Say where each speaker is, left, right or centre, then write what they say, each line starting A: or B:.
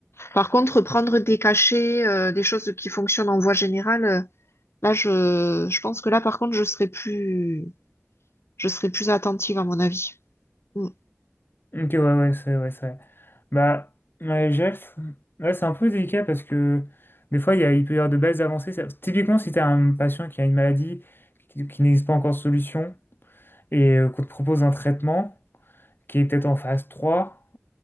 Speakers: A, on the left; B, on the left.
A: Par contre, prendre des cachets, euh, des choses qui fonctionnent en voie générale, euh, là, je, je pense que là, par contre, je serai plus, je serai plus attentive à mon avis. Mm.
B: Ok, ouais, ouais, c'est ouais, c'est vrai. Bah, ouais, je dirais que c'est ouais, c'est un peu délicat parce que des fois, il y a, il peut y avoir de belles avancées. Ça- Typiquement, si tu as un patient qui a une maladie qui, qui n'existe pas encore de solution et euh, qu'on te propose un traitement qui est peut-être en phase 3